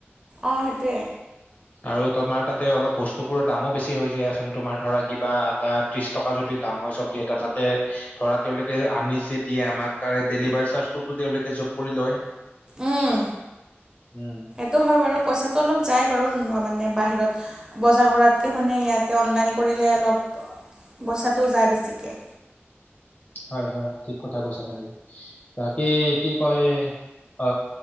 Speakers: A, on the right; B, on the left.
A: অ সেইটোৱে
B: আৰু তোমাৰ তাতে অলপ বস্তু বোৰৰ দামো বেছি হৈ যায়চোন তোমাৰ ধৰা কিবা এটা ত্ৰিশ টকা যদি দাম হয় চবজি এটা তাতে ধৰা তেওঁলোকে আনি যে দিয়ে আমাক তাৰে ডেলিভাৰী চাৰ্জটোতো তেওঁলোকে যোগ কৰি লয়
A: উম
B: উম
A: সেইটো হয় বাৰু পইচাটো অলপ যায় বাৰু মানে বাহিৰত বজাৰ কৰাতকে মানে ইয়াতে অনলাইন কৰিলে অলপ পইচাটো যায় বেছিকে
B: হয় হয় ঠিক কথা কৈছা তুমি বাকী কি কয় অ